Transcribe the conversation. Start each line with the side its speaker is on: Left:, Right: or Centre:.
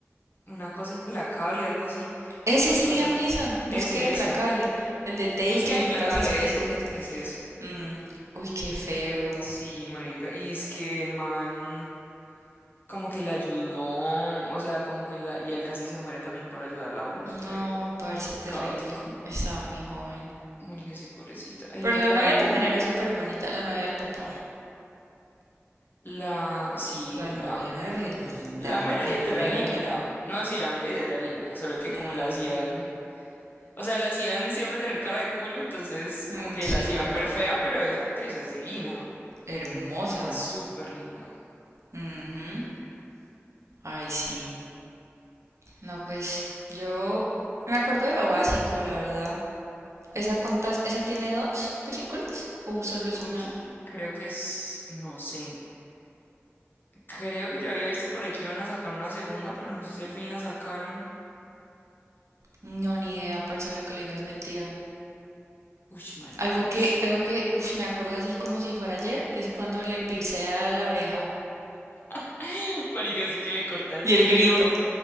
Left: una cosa implacable, algo así,
Right: Ese
Left: no me
Right: es
Left: acuerdo.
Right: Liam Neeson. Búsqueda
Left: Ese,
Right: implacable.
Left: ese.
Right: El de Taken
Left: Búsqueda implacable,
Right: y todas esas películas.
Left: ese, ese, ese.
Right: Mm, Uy, qué feo.
Left: Sí, marica, y es que el man como que la ayudó, o sea, como que la, y él casi se muere también por ayudarla, bueno, eso fue
Right: No, parece terrible.
Left: caótico.
Right: Estaba muy joven.
Left: Marica, sí, pobrecita. Ay,
Right: Pero
Left: era
Right: la
Left: tan
Right: novia
Left: linda.
Right: también era súper bonita. La novia del papá.
Left: La, sí,
Right: La novia
Left: no.
Right: era re linda.
Left: La Meredith
Right: Ay, no
Left: era
Right: me diga
Left: linda.
Right: que no.
Left: No, sí, la Meredith era linda, solo que
Right: Mm,
Left: como la hacían O sea, la hacían siempre tener cara de culo, entonces como
Right: mm,
Left: que
Right: sí,
Left: la hacían
Right: es verdad.
Left: ver fea, pero esa actriz es divina.
Right: Hermosa.
Left: Es súper linda.
Right: Ujú. Ay, sí. No, pues yo me acuerdo de lo básico, la verdad. ¿Esa cuántas? ¿Esa tiene dos películas? ¿O solo es
Left: Uy,
Right: una?
Left: creo que es, no sé. Creo que yo había visto por ahí que iban a sacar una segunda, pero no sé si al fin la sacaron.
Right: No, ni idea, parce, lo que le digas es mentira.
Left: Uy, marica,
Right: Algo
Left: no
Right: que,
Left: sé.
Right: algo que, uf, me acuerdo así como si fuera ayer, es cuando le pircea la oreja
Left: <laughs> Marica sí que le corta el
Right: y
Left: pelo
Right: el grito.